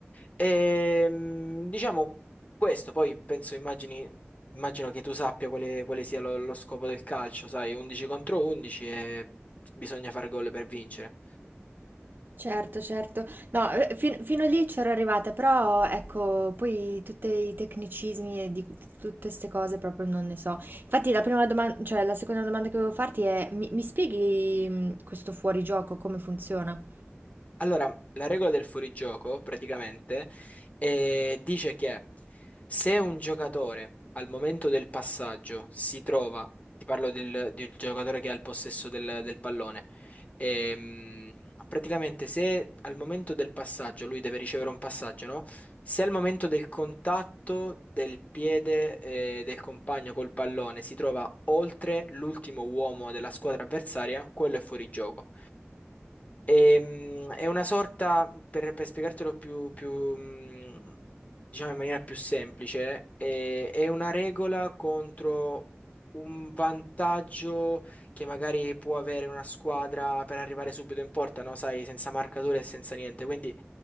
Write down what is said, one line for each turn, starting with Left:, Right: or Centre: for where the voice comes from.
Left: Ehm, diciamo questo, poi penso, immagini, immagino che tu sappia quale, quale sia lo, lo scopo del calcio, sai, 11 contro 11 e bisogna fare gol per vincere.
Right: Certo, certo. No, eh, fin- fino lì c'ero arrivata, però ecco, poi tutti i tecnicismi e di tutte queste cose proprio non ne so. Infatti la prima domanda, cioè la seconda domanda che volevo farti è, mi, mi spieghi mh, questo fuorigioco, come funziona?
Left: Allora, la regola del fuorigioco praticamente eh, dice che se un giocatore al momento del passaggio si trova, ti parlo del, del giocatore che ha il possesso del, del pallone, ehm, praticamente se al momento del passaggio lui deve ricevere un passaggio, no? Se al momento del contatto del piede eh, del compagno col pallone si trova oltre l'ultimo uomo della squadra avversaria, quello è fuorigioco. Ehm, è una sorta, per, per spiegartelo più, più, mh, diciamo in maniera più semplice, è, è una regola contro un vantaggio che magari può avere una squadra per arrivare subito in porta, no? Sai, senza marcature e senza niente. Quindi,